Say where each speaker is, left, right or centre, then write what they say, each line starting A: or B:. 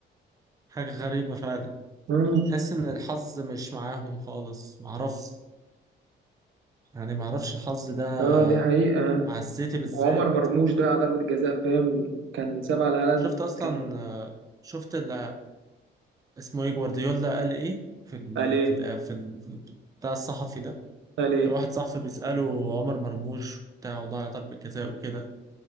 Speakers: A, on the right; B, on the right.
A: حاجة غريبة فعلا
B: مم.
A: تحس ان الحظ مش معاهم خالص معرفش يعني معرفش الحظ ده
B: اه دي حقيقة
A: مع السيتي بالذات
B: وعمر مرموش ضيع ضربة جزاء فاهم كان سابها لهالاند
A: شفت اصلا
B: كان
A: آه، شفت ال- اسمه ايه جوارديولا قال ايه في ال
B: قال ايه
A: في ال في ال- بتاع الصحفي ده
B: قال ايه
A: واحد صاحبي بيسأله عمر مرموش بتاع وضيع ضربة جزاء وكده